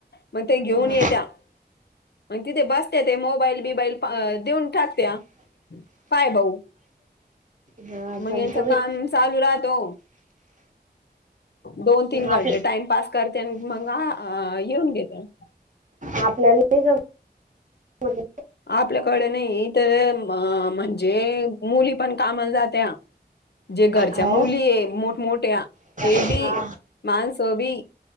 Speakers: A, on the left (about 75°); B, on the right (about 45°).
A: मग ते घेऊन
B: हा
A: येत्या. मग तिथे बसते ते मोबाईल बिबाईल देऊन टाकते काय भाऊ
B: हा
A: मग
B: जमत
A: यांच
B: बाई
A: काम चालू राहतो दोन तीन घंटे
B: आप
A: टाइम पास करते आणि मग येऊन घेते.
B: आपल्याला नाही जमत
A: आपल्याकडे नाही तर अ म्हणजे मुली पण कामाला जाते जे घरच्या
B: हो
A: मुली आहे मोठमोठ्या ते
B: हा
A: बी माणसं बी